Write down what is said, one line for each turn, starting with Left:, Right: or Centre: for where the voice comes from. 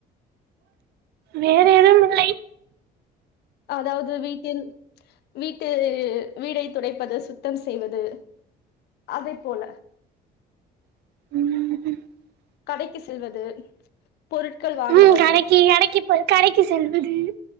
Right: வேற எதும் இல்லை
Left: அதாவது வீட்டில் வீட்டு வீடை துடைப்பது சுத்தம் செய்வது அதை போல
Right: உம்
Left: கடைக்கு செல்வது பொருட்கள் வாங்குவது
Right: உம் கடக்கி கடக்கி போ கடைக்கு செல்வது